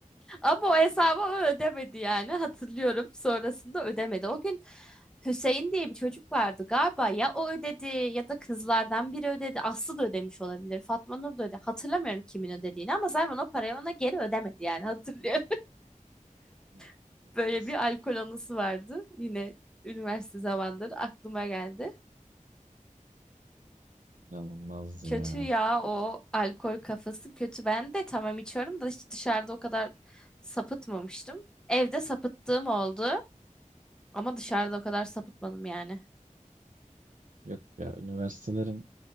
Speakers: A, in the centre; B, on the right.
A: Ama o hesabı o ödemedi yani hatırlıyorum. Sonrasında ödemedi. O gün Hüseyin diye bir çocuk vardı galiba ya o ödedi ya da kızlardan biri ödedi. Aslı da ödemiş olabilir. Fatma Nur da ödedi. Hatırlamıyorum kimin ödediğini ama Zayman o parayı ona geri ödemedi yani hatırlıyorum.
B: Ay,
A: <laughs>
B: Olmaz.
A: Böyle bir alkol anısı vardı. Yine üniversite zamanları aklıma geldi.
B: İnanılmaz ya.
A: Kötü ya o alkol kafası kötü. Ben de tamam içiyorum da hiç dışarıda o kadar sapıtmamıştım. Evde sapıttığım oldu. Ama dışarıda o kadar sapıtmadım yani.
B: Yok ya üniversitelerin